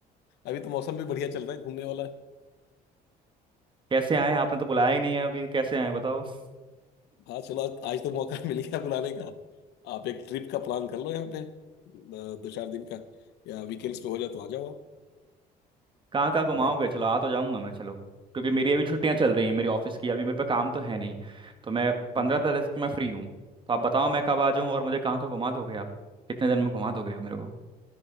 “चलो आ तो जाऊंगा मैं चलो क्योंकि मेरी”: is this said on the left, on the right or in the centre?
Right